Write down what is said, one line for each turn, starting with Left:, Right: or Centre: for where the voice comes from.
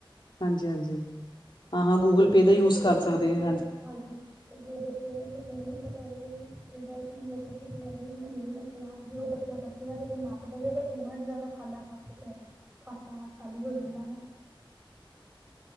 Left: ਹਾਂਜੀ ਹਾਂਜੀ। ਹਾਂ-ਹਾਂ ਗੂਗਲ
Right: ਤੇ ਬੱਚਾ
Left: ਪੇ ਦਾ ਯੂਜ
Right: ਕਦੇ
Left: ਕਰ ਸਕਦੇ
Right: ਗੂਗਲ
Left: ਨੇ
Right: ਪੇ ਦਾ ਹਾਂਜੀ ਜੇ ਬੱਚੇ ਨੂੰ ਕੁਛ ਨਈਂ ਪਤਾ ਹੋਵੇ <unintelligible> ਨਾ ਜੇ ਉਹ ਬੱਚਾ ਬ ਨਾ ਕਿਤੇ ਨੱਪ ਦੇਵੇਗਾ ਤੇ ਜ਼ਿਆਦਾ ਖਾਲਾ ਖਾ ਕੇ <unintelligible> ਖਾਤਾ ਖਾਲੀ ਹੋ ਜਾਂਦਾ ਆ ਨਾਂ।